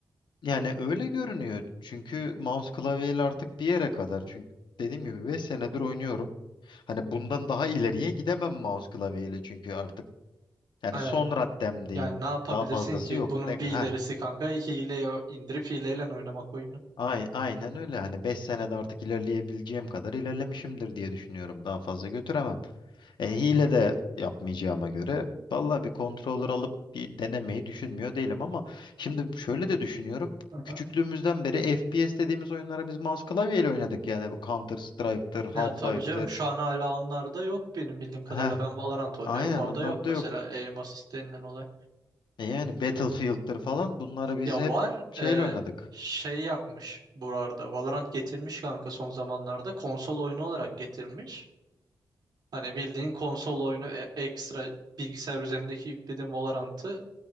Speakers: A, on the left; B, on the right.
A: yani öyle görünüyor. Çünkü mouse klavyeyle artık bir yere kadar. Çünkü dediğim gibi 5 senedir oynuyorum. Hani bundan daha ileriye gidemem mouse klavyeyle çünkü artık yani
B: Evet.
A: son raddemdeyim.
B: Yani ne yapabilirsin
A: Daha fazlası
B: ki?
A: yok.
B: Bunun
A: Ne, heh.
B: bir ilerisi kanka hileye indirip hileyle oynamak oyunu.
A: Ay- Aynen öyle. Hani 5 senede artık ilerleyebileceğim kadar ilerlemişimdir diye düşünüyorum. Daha fazla götüremem. E, hile de yapmayacağıma göre valla bir controller alıp bir denemeyi düşünmüyor değilim ama şimdi şöyle de düşünüyorum.
B: Aha.
A: Küçüklüğümüzden beri FPS dediğimiz oyunlara biz mouse klavyeyle oynadık. Yani bu Counter Strike'tır, Half-Life'tır.
B: Ya tabii canım şu an hala onlar da yok benim bildiğim kadarıyla.
A: Heh,
B: Ben Valorant oynuyorum
A: aynen
B: orada
A: onlar
B: yok mesela
A: da yok.
B: aim assist denilen olay.
A: E yani Battlefield'tır falan bunları biz
B: Ya
A: hep
B: var
A: şeyle
B: e,
A: oynadık.
B: şey yapmış burada. Valorant getirmiş kanka son zamanlarda. Konsol oyunu olarak getirmiş. Hani bildiğin konsol oyunu e- ekstra bilgisayar üzerindeki yüklediğin Valorant'ı